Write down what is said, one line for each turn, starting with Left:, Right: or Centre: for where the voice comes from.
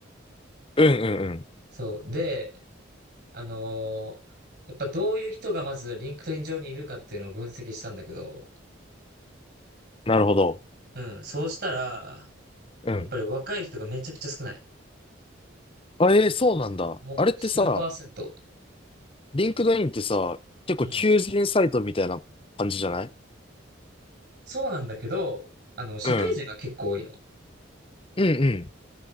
Left: うんうんうん。
Right: そう。で、あのーやっぱどういう人がまずリンクトイン上にいるかっていうのを分析したんだけど、
Left: なるほど。
Right: うん。そうしたら、
Left: うん。
Right: やっぱり若い人がめちゃくちゃ少ない。
Left: あ、えーそうなんだ。
Right: もう数パーセント。
Left: あれってさ、リンクドインってさ、結構求人サイトみたいな感じじゃない
Right: うん。そうなんだけど、あの、社会人が結構多いの。
Left: うん。うんうん。